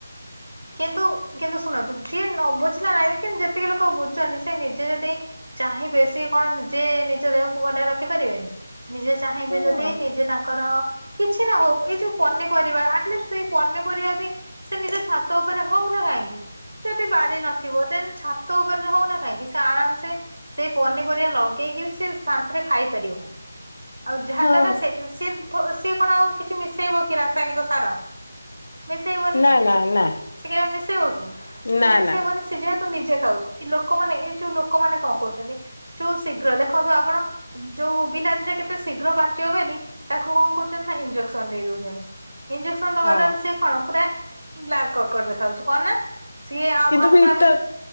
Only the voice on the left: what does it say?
ହଁ।
ହଁ
ନା ନା ନା।
ନା
ନା
ହଁ
କିନ୍ତୁ
ଭିତର